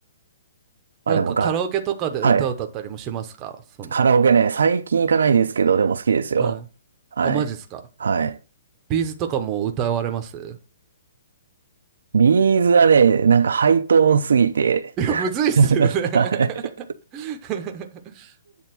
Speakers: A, on the right (about 85°); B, on the right (about 20°).
A: まあでもが、
B: なんかカラオケとかで歌歌ったりもしますかその
A: はい。カラオケね、最近行かないですけど、でも好きですよ。
B: はい
A: はい。
B: あマジっすか
A: はい。
B: ビーズとかも歌われます
A: ビーズはね、なんかハイトーンすぎて、
B: いやむずいっすよね
A: <laughs> はい
B: <laughs>